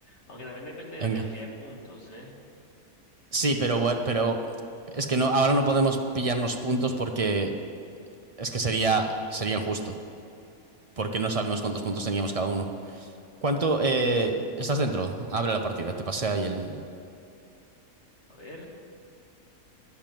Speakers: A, on the left; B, on the right.
A: Aunque también depende de
B: Venga.
A: la cantidad de puntos, ¿eh?
B: Sí, pero bueno, pero es que no, ahora no podemos pillarnos puntos porque es que sería, sería injusto. Porque no sabemos cuántos puntos teníamos cada uno. ¿Cuánto, eh, estás dentro? Abre la partida, te pasé ahí el.
A: A ver,